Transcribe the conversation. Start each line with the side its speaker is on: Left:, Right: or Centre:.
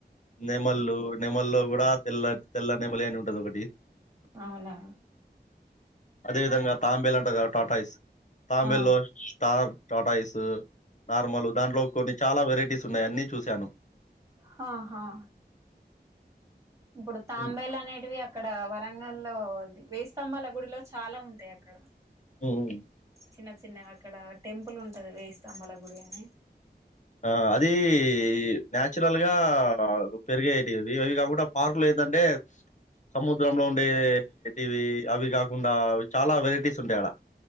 Left: నెమళ్లు నెమల్లో కూ డ తెల్ల తెల్ల నేమళి అని ఉంటది ఒకటి
Right: అవునా
Left: అదే విధంగా తాంబేల్ అంటరు కదా టార్టాయిస్. తాంబేల్లో
Right: ఆ
Left: స్టార్ టార్టాయిస్, నార్మల్ దాంట్లో కొన్ని చాలా వెరైటీస్ ఉన్నాయి అన్ని చూసాను.
Right: హహా ఇప్పుడు తాంబేలు
Left: హ్మ్.
Right: అనేటివి అక్కడ వరంగల్లో వేయి స్తంభాల గుడిలో చాలా ఉంటయి అక్కడ.
Left: హ్మ్.
Right: చిన్న చిన్నవి అక్కడ టెంపుల్ ఉంటది వేయి స్థంబాల గుడి అని.
Left: ఆ అది న్యాచురల్గా పెరిగేటివి అవి అవి కాకుండా పార్కులయి ఎందంటే సముద్రంలో ఉండేటివి అవి కాకుండా చాలా వెరైటీస్ ఉంటయి ఆడ.